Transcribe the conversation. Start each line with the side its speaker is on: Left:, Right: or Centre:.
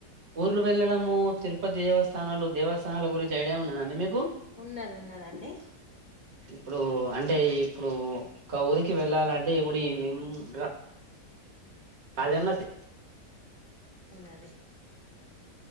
Right: ఊర్లు వెళ్ళడము తిరుపతి దేవస్థానాలు దేవస్థానాల గురించి ఐడియా ఉన్నదా అండి మీ
Left: ఉన్నది ఉన్నది అండి
Right: ఇప్పుడు అంటే ఇప్పుడు ఒక ఊరికి వెళ్ళాలంటే ఇప్పుడు ఈ ఉమ్ రా రాజన్నా సి
Left: ఉన్నది